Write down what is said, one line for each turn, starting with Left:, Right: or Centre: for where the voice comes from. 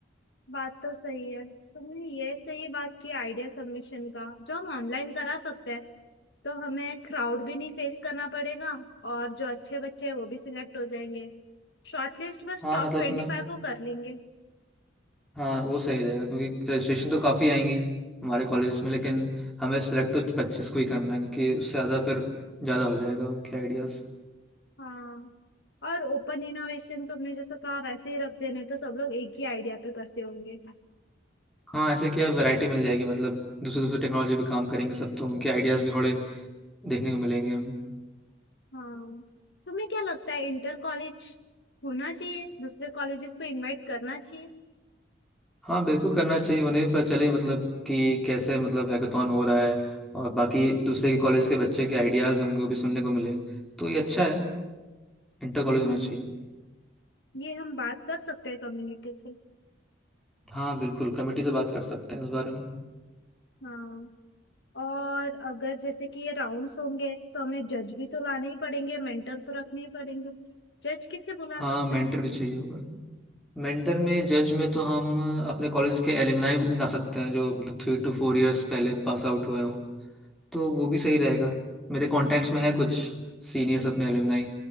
Left: बात तो सही है तुमने ये सही बात की आइडिया सबमिशन का जो हम ऑनलाइन करा सकते हैं तो हमें क्राउड भी नहीं फेस करना पड़ेगा और जो अच्छे बच्चे हैं वो भी सिलेक्ट हो जाएंगे शॉर्टलिस्ट बस
Centre: हाँ
Left: टॉप
Centre: मतलब
Left: ट्वेंटी
Centre: उसमें
Left: फाइव को कर लेंगे
Centre: हाँ वो सही रहेगा क्योंकि रजिस्ट्रेशन तो काफ़ी आएंगी हमारे कॉलेज में लेकिन हमें सेलेक्ट तो पच्चीस को ही करना है क्योंकि उससे ज़्यादा फिर ज़्यादा हो जाएगा उनके आइडियाज़
Left: हाँ और ओपन इनोवेशन तुमने जैसा कहा वैसे ही रख देने तो सब लोग एक ही आइडिया पे करते होंगे
Centre: हाँ ऐसे क्या वैरायटी मिल जाएगी मतलब दूसरे दूसरे टेक्नोलॉजी पे काम करेंगे सब तो उनके आइडियाज़ भी थोड़े देखने को मिलेंगे हमें
Left: हाँ तुम्हें क्या लगता है इंटर कॉलेज होना चाहिए दूसरे कॉलेजेस को इनवाइट करना चाहिए
Centre: हाँ बिल्कुल करना चाहिए उन्हें भी पता चले मतलब कि कैसे मतलब हैकाथॉन हो रहा है और बाकी दूसरे के कॉलेज के बच्चे के आइडियाज़ उनको भी सुनने को मिले तो ये अच्छा है इंटर कॉलेज होना
Left: हम्म
Centre: चाहिए
Left: ये हम बात कर सकते हैं कम्युनिटी से
Centre: हाँ बिल्कुल कमेटी से बात कर सकते हैं इस बारे में
Left: हाँ और अगर जैसे कि ये राउंड्स होंगे तो हमें जज भी तो लाने ही पड़ेंगे मेंटर तो रखने ही पड़ेंगे जज किसे बुला
Centre: हाँ
Left: सकते
Centre: मेंटर
Left: हैं
Centre: भी चाहिए होगा मेंटर में जज में तो हम अपने कॉलेज के एलुमनाई ला सकते हैं जो मतलब थ्री टू फोर इयर्स पहले पास आउट हुए हों तो वो भी सही रहेगा मेरे कॉन्टैक्ट्स में है कुछ सीनियर्स अपने एलुमनाई